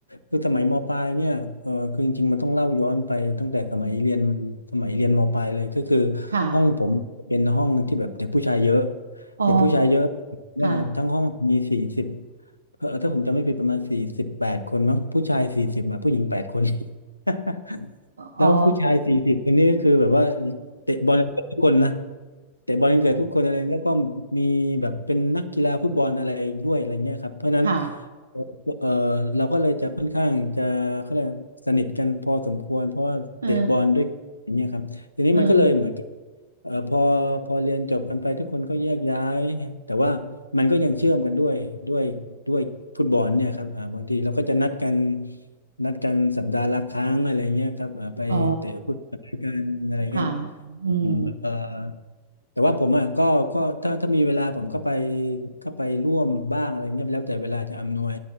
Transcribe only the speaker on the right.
ค่ะ
อ๋อ
ค่ะ
อ๋อ
ค่ะ
เออเออ
อ๋อค่ะอืม